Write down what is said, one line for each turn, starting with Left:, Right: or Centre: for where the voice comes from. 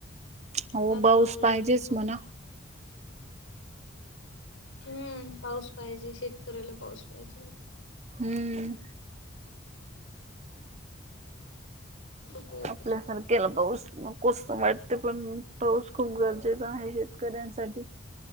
Right: हो
Left: चांगलं
Right: बाऊस
Left: ओलं
Right: पाहिजेच
Left: झालं पूर्ण
Right: म्हणा.
Left: हम्म पाऊस पाहिजे शेतकऱ्याला पाऊस पाहिजे.
Right: हम्म.
Left: खूप होते
Right: आपल्या स केला पाऊस नकोस वाटते पण पाऊस खूप गरजेचा आहे शेतकऱ्यांसाठी.